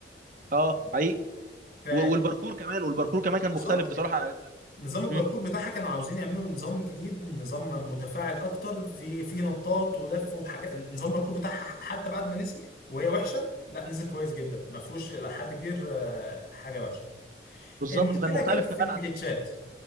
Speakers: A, on the right (about 45°); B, on the left (about 55°).
A: اه حقيقي
B: ف
A: و- والباركور كمان والباركور كمان كان
B: بالظبط
A: مختلف بصراحه عن
B: نظام الباركور
A: مم.
B: بتاعها كانوا عاوزين يعملوا نظام جديد نظام متفاعل اكتر في في نطاط ولف وحاجات نظام الباركور بتاعها حتى بعد ما نزل وهي وحشه لا نزل كويس جدا ما فيهوش الى حد كبير آه، حاجه وحشه
A: بالظبط
B: المشكله
A: وكان مختلف
B: كانت في
A: كمان
B: الجليتشات
A: عن